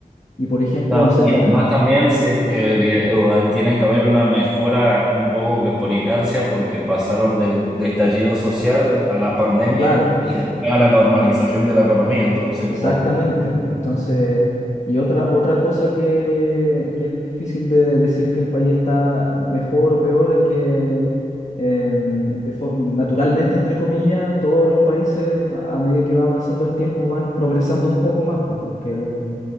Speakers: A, on the left; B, in the centre.
A: Y por ejemplo,
B: Claro,
A: no sé,
B: Y
A: pues
B: además
A: la-
B: también se, eh, vi- o- tiene que haber una mejora un poco que por inercia, porque pasaron del, del estallido social a la pandemia
A: claro,
B: y después a la normalización de la economía. Entonces,
A: Exactamente,
B: por...
A: pues, entonces, y otra, otra cosa que, que es difícil de decir que el país está mejor o peor es que em, de for- naturalmente, entre comillas, todos los países a medida que va avanzando el tiempo van progresando un poco más, pues, porque de-